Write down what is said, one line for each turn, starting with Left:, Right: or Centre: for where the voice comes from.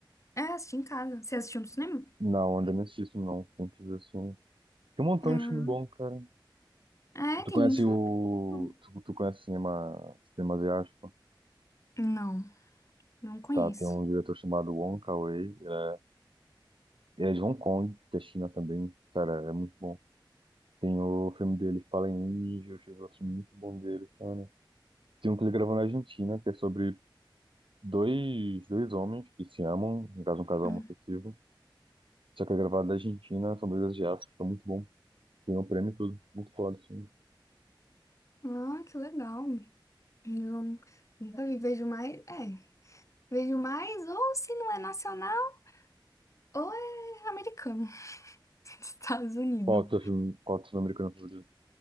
Left: É, assisti em casa. Você assistiu no cinema?
Right: Não, ainda não assisti isso, não. Tem que ver assim. Tem um montão
Left: Uhum.
Right: de filme bom, cara.
Left: É,
Right: Tu
Left: tem
Right: conhece
Left: muito filme.
Right: o.
Left: bom.
Right: Tu, tu conhese cinema, cinema asiático?
Left: Não. Não conheço.
Right: Tá, tem um diretor chamado Wong Kar-wai. Ele é, ele é de Hong Kong, que é China também. Cara, é muito bom. Tem o filme dele, Fallen Angels, eu gosto muito bom dele, cara. Tem um que ele gravou na Argentina, que é sobre dois, dois homens que se amam, no caso, um casal
Left: Hum.
Right: homoafetivo. Só que é gravado na Argentina, são dois asiáticos, tá muito bom. Ganhou um prêmio e tudo. Muito foda, assim.
Left: Ah, que legal. Eu nunca vi. Vejo mais. É, vejo mais, ou se não é nacional, ou é americano. <laughs> Estados Unidos.
Right: Qual o teu filme, qual o teu filme americano favorito?